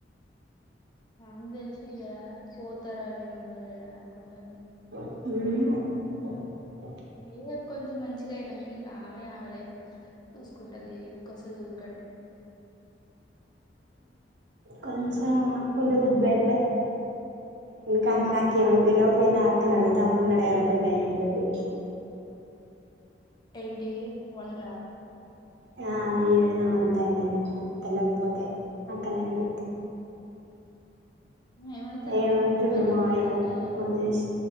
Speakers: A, on the left (about 25°); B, on the right (about 75°).
A: నా తెలిసి ఇకరా పోతారా నేను ఉండలేడా అనుకుంటాను
B: హ
A: మ కొంచెం మంచిగా అయినాంక ఇంకా ఆమె ఆమె లైఫ్ చూసుకుంటది ఎందుక వస్తది ట
B: కొంచెం హకుంట ఉడుద్ బెట్రే ఇందుకాంత నాక ఏమనదలో పన్న అక్కనడుతే అమ్మని అడనట్ భతది
A: ఏంటండి వంట
B: ఆ ఇవనా వంతాయనే ఇదనా తెల ఒపోతే అక్కనే ఆడు
A: ఏమైతది
B: ఏంటంట
A: హమ్ పెద్దమ్మని
B: మా అయ్య
A: అడిగినా ఏమందు
B: ఫోన్ చేసి